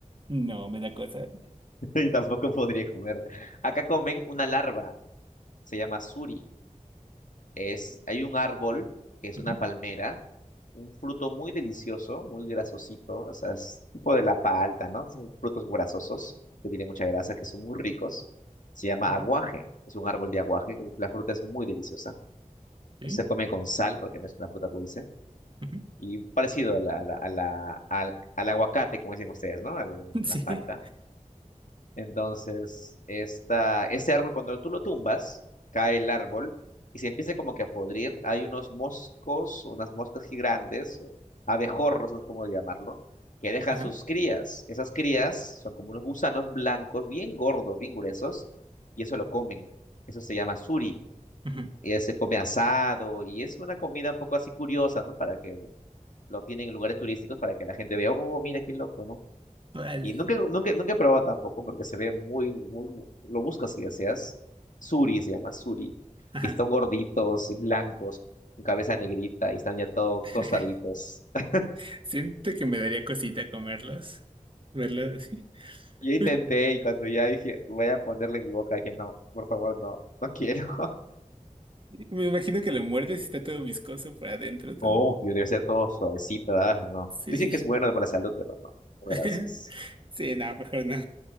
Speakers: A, on the right; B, on the left.
A: No, me da cosa.
B: <laughs> Yo tampoco podría comer. Acá comen una larva, se llama suri. Es, hay un árbol que es
A: Ujú,
B: una palmera, un fruto muy delicioso, muy grasosito, o sea, es tipo de la palta, ¿no? Son frutos grasosos que tienen mucha grasa, que son muy ricos. Se llama
A: ujú,
B: aguaje, es un árbol de aguaje, la fruta es muy deliciosa
A: sí,
B: Se come con sal porque no es una fruta dulce.
A: ujú,
B: Y parecido a la, a la- a la- al, al aguacate, como dicen ustedes, ¿no? Al-
A: <laughs> Sí.
B: la palta. Entonces, esta, este árbol, cuando tú lo tumbas, cae el árbol y se empieza como que a podrir. Hay unos moscos, unas moscas gigantes abejorros, no sé cómo llamarlo, que dejan
A: ajá,
B: sus crías. Esas crías son como unos gusanos blancos, bien gordos, bien gruesos, y eso lo comen. Eso se llama suri
A: ujú.
B: y se come asado y es una comida un poco así curiosa, ¿no? Para que lo tienen en lugares turísticos para que la gente vea, oh, mira qué loco, ¿no?
A: Vale.
B: Y nunca, nunca, nunca he probado tampoco porque se ve muy, muy, lo buscas si deseas. Suri se llama Suri.
A: Ajá.
B: Y están gorditos y blancos, con cabeza negrita y están ya todo
A: <laughs>
B: tostaditos. <laughs>
A: Siento que me daría cosita comerlos. Verlo así.
B: Yo intenté
A: Uy,
B: y cuando ya dije, voy a ponerle en mi boca, dije, no, por favor, no, no quiero. <laughs>
A: Me imagino que lo muerdes y está todo viscoso por adentro, todo.
B: Obvio, debe ser todo suavecito, ¿verdad? No.
A: Sí.
B: Dicen que es bueno para la salud, pero no, no,
A: <laughs>
B: gracias.
A: Sí, no, mejor no.